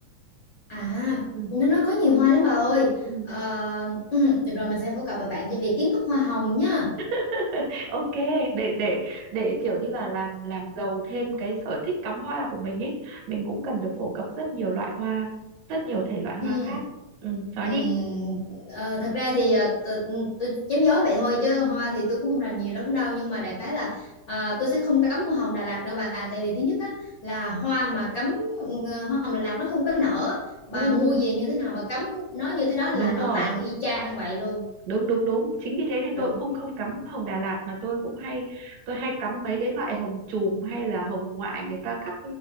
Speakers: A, on the left; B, on the right.
A: À,
B: ừ.
A: nó nó có nhiều hoa lắm bà ơi.
B: ừ.
A: Ờ, ừ, được rồi mình sẽ phổ cập và bạn cho việc kiến thức hoa hồng nha.
B: <laughs> ok để để để kiểu như là làm làm giàu thêm cái sở thích cắm hoa của mình ấy mình cũng cần được phổ cập rất nhiều loại hoa rất nhiều thể loại hoa
A: Ừ.
B: khác ừ, nói
A: Ừm,
B: đi
A: ờ, thật ra thì ờ, t- tôi chém gió vậy thôi chứ hoa thì tôi cũng không rành nhiều lắm đâu nhưng mà đại khái là à, tôi sẽ không cấm hoa hồng Đà Lạt đâu bà tại vì thứ nhất á, là hoa mà cấm ừ, hoa hồng Đà Lạt nó không có nở bà
B: ừ,
A: mua
B: ừ,
A: về như thế nào bà cấm nó như thế đó là
B: đúng
A: nó
B: rồi
A: tàn y chang vậy luôn
B: đúng đúng đúng chính vì thế nên
A: đúng
B: tôi cũng không không cắm hồng Đà Lạt mà tôi cũng hay tôi hay cắm mấy cái loại hồng chùm hay là hồng ngoại người ta cắt